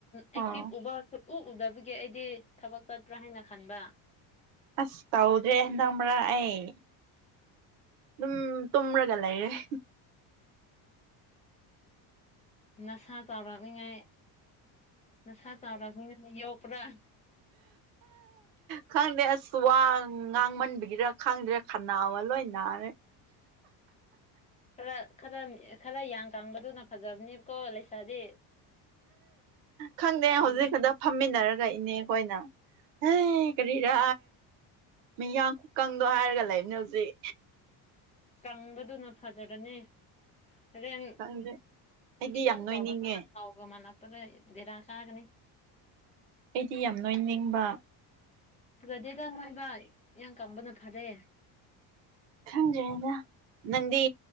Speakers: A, on the left; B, on the right.
A: ꯑꯦꯛꯇꯤꯚ
B: ꯑꯣ
A: ꯎꯕ ꯎ ꯎꯗꯕꯒꯤ ꯑꯩꯗꯤ ꯊꯕꯛ ꯆꯠꯄ꯭ꯔꯥ ꯍꯥꯏꯅ ꯈꯟꯕ
B: ꯑꯁ ꯇꯧꯗ꯭ꯔꯦ ꯅꯝꯕ꯭ꯔꯥ ꯑꯩ ꯎꯝ ꯇ꯭ꯔꯒ ꯂꯩꯥꯏꯔꯦ
A: ꯅꯁꯥ ꯆꯥꯎꯔꯛꯅꯤꯉꯥꯏ ꯅꯁꯥ ꯆꯥꯎꯔꯛꯕꯅ ꯌꯣꯛꯄ꯭ꯔꯥ
B: ꯈꯪꯗꯁꯤ ꯇꯨꯋꯥ ꯉꯥꯡꯃꯟꯕꯤꯒꯤꯔꯥ ꯈꯥꯡꯗꯦꯔꯥ ꯈꯅꯥꯕ ꯂꯣꯏ ꯅꯥꯔꯦ
A: ꯈꯔ ꯈꯔ ꯈꯔ ꯌꯥꯌꯥꯡ ꯀꯥꯡꯥꯡꯕꯗꯨꯅ ꯐꯖꯕꯅꯦꯕꯀꯣ ꯂꯩꯁꯥꯗꯤ
B: ꯈꯪꯗꯦ
A: ꯊꯕꯛ
B: ꯍꯧꯖꯤꯛ ꯈꯛꯇ ꯐꯝꯃꯤꯟꯅꯔ ꯔꯛꯏꯅꯦ ꯑꯩꯈꯣꯏꯅ ꯍ ꯀꯔꯤꯔ ꯃꯤꯌꯥꯝꯡꯀꯪꯗꯣ ꯍꯥꯏꯔꯒ ꯂꯩꯕꯅꯦ ꯍꯧꯖꯤꯛ
A: ꯆꯪꯕꯗꯨꯅ ꯐꯖꯕꯅꯤ ꯍꯌꯦꯡ
B: ꯈꯪꯗꯦ ꯑꯩꯗꯤ
A: ꯏꯆꯧ
B: ꯌꯥꯝ ꯅꯣꯏꯅꯤꯡꯉꯦ
A: ꯆꯥꯎꯒ ꯀ ꯂ ꯉꯥꯎꯒ ꯃꯅꯥꯛ ꯄꯂ ꯗꯔꯥ ꯁꯥꯒꯅꯤ
B: ꯑꯩꯗꯤ ꯌꯥꯝ ꯅꯣꯏꯅꯤꯡꯕ
A: ꯒꯥꯗꯤꯗ ꯅꯣꯏꯕ ꯌꯥꯝ ꯀꯪꯕꯅ ꯐꯔꯦ
B: ꯈꯪꯗ꯭ꯔꯦꯗ ꯅꯪꯗꯤ